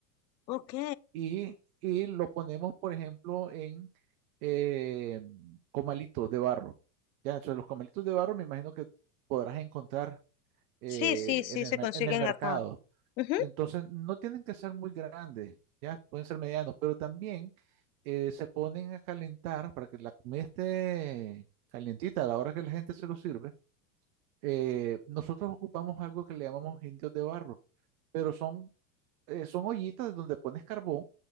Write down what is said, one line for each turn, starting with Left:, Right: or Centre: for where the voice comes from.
Left: ok.
Right: Y, y lo ponemos, por ejemplo, en eh, comalitos de barro. Ya, entonces los comalitos de barro me imagino que podrás encontrar eh,
Left: Sí, sí, sí,
Right: en el,
Left: se
Right: mer-
Left: consiguen
Right: en el mercado.
Left: acá. Ujú,
Right: Entonces, no tienen que ser muy grandes, ya pueden ser medianos, pero también eh, se ponen a calentar para que la comida esté calientita a la hora que la gente se lo sirve. Eh, nosotros ocupamos algo que le llamamos indios de barro, pero son, eh, son ollitas donde pones carbón